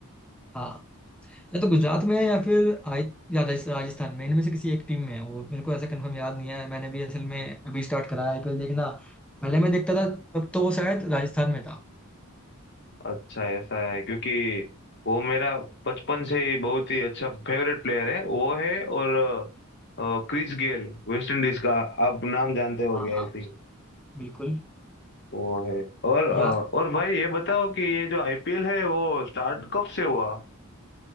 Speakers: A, in the centre; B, on the left.
A: हाँ या तो गुजरात में है या फिर आई या राज- राजस्थान में इनमें से किसी एक टीम में है वो मेरे को ऐसा कंफर्म याद नहीं है मैंने भी असल में अभी स्टार्ट करा है आईपीएल देखना पहले मैं देखता था तब तो वो शायद राजस्थान में था
B: अच्छा ऐसा है क्योंकि वो मेरा बचपन से ही बहुत ही अच्छा फेवरेट प्लेयर है वो है और अ, क्रिस गेल वेस्ट इंडीज का आप नाम जानते होंगे
A: हाँ हाँ
B: आई थिंक
A: बिल्कुल
B: वो है और अ,
A: यार
B: और भाई ये बताओ कि ये जो आईपीएल है वो स्टार्ट कब से हुआ